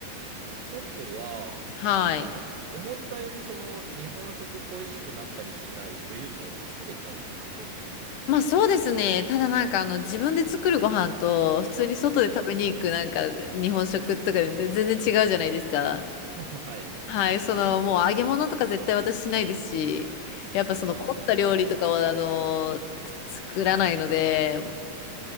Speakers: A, on the right; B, on the left.
A: てことは、
B: はい。
A: なんか思ったよりその日本食恋しくなったりしないというよりも作れちゃうって感じですか
B: まあそうですね。ただなんかあの、自分で作るご飯と、普通に外で食べに行くなんか日本食とかで全然違うじゃないですか。
A: はい。<laughs> はい。
B: はい、そのもう揚げ物とか絶対私しないですし、やっぱその凝った料理とかはあの、
A: ああ、
B: 作らないので、